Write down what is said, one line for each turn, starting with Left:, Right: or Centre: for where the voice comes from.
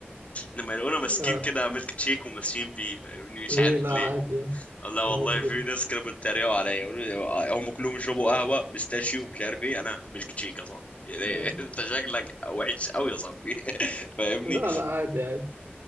Left: لما يلاقونا ماسكين
Right: لا
Left: كده ميلك شيك وماسكين بيه فاهمني؟ مش
Right: ليه
Left: عارف
Right: لا
Left: ليه
Right: عادي يعني
Left: لا والله
Right: عادي جدا
Left: في ناس كانوا بيتريقوا عليا يقولوا لي هم كلهم يشربوا قهوه بيستاشيو مش عارف ايه انا ميلك تشيك يا صاحبي يعني
Right: آه.
Left: <laughs> انت شكلك وحش قوي يا صاحبي <laughs> فاهمني
Right: لا لا عادي عادي